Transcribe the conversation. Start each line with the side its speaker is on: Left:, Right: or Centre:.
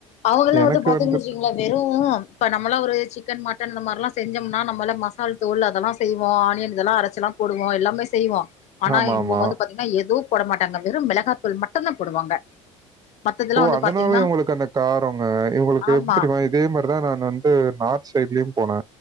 Left: அவுங்கல்லா
Right: எனக்கு
Left: வந்து பாத்தீங்கன்னு
Right: வந்துட்டு
Left: வச்சுங்களே வெறு இப்ப நம்மல்லா ஒரு சிக்கன் மட்டன் இந்த மாரிலா செஞ்சோமுனா நம்மலா மசால் தூள் அதெல்லா செய்வோ ஆனியன் இதல்லா அரைச்செலா போடுவோ எல்லாமே செய்வோ ஆனா
Right: ஆமா,
Left: இவுங்க
Right: ஆமா.
Left: வந்து பாத்தீங்கனா எதும் போட மாட்டாங்க வெறு மெளகாத்தூள் மட்டுந்தா போடுவாங்க மத்ததெல்லா
Right: ஓ
Left: வந்து
Right: அதனால
Left: பாத்தீங்கன்னா
Right: இவுங்களுக்கு அந்த காரங்க இவுங்களுக்கு
Left: ஆமா
Right: எப்டி தெரியுமா இதே மாரிதா நா வந்து நார்த் சைட்லயு போனே